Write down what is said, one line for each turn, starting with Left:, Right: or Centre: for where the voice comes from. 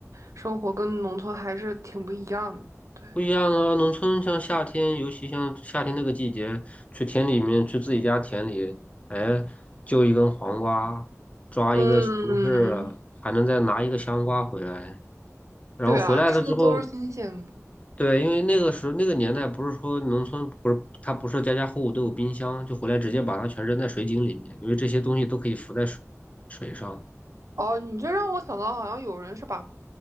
Right: 生活跟农村还是挺不一样的。对，
Left: 不一样啊，农村像夏天，尤其像夏天那个季节，去田里面，去自己家田里，哎，揪一根黄瓜，抓一个西红柿啊，
Right: 嗯，
Left: 还能再拿一个香瓜回来。然后回来了之后，
Right: 对啊，吃的都是新鲜的。
Left: 对，因为那个时候那个年代，不是说农村不是它不是家家户户都有冰箱，就回来直接把它全扔在水井里面，因为这些东西都可以浮在水水上。
Right: 哦，你这让我想到，好像有人是把